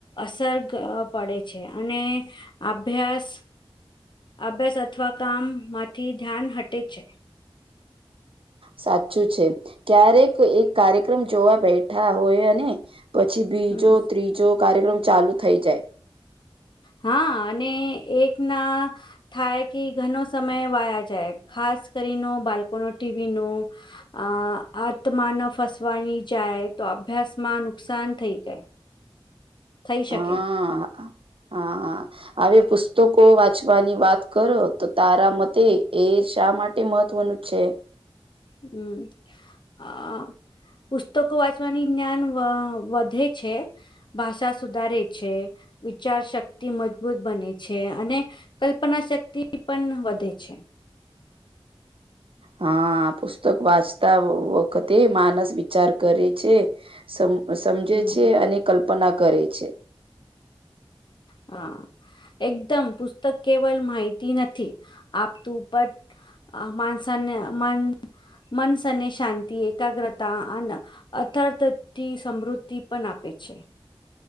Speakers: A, on the left; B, on the right.
A: અસર પડે છે અને અભ્યાસ અભ્યાસ અથવા કામ માંથી ધ્યાન હટે છે
B: સાચું છે ક્યારેક એક કાર્યક્રમ જોવા બેઠા હોય અને પછી બીજો
A: હમ
B: ત્રીજો કાર્યક્રમ ચાલુ થઈ જાય
A: હા અને એક ના થાય કે ઘનો સમય વાયા જાય ખાસ કરીને બાળકોનો ટીવી નો અ આત્મા ન ફસવાની જાય તો અભ્યાસમાં નુકસાન થઈ જાય <inaudible> થઈ શકે
B: હા હા હ પુસ્તકો વાંચવાની વાત કરો તો તારા મતે એ શા માટે મહત્વનું છે
A: હમ હ પુસ્તકો વાંચવાની જ્ઞાન વધે છે ભાષા સુધારે છે વિચાર શક્તિ મજબૂત બને છે અને કલ્પના શક્તિ પણ વધે છે
B: હા પુસ્તક વાંચતા વખતે માનસ વિચાર કરે છે સમ સમજે
A: હમ
B: છે, અને કલ્પના કરે છે.
A: હ. એકદમ પુસ્તક કેવલ માહિતી નથી આપતું, પણ અ માણસાને મન મનસાને શાંત, એકાગ્રતા અને અથારતથી સમૃદ્ધિ પણ આપે છે.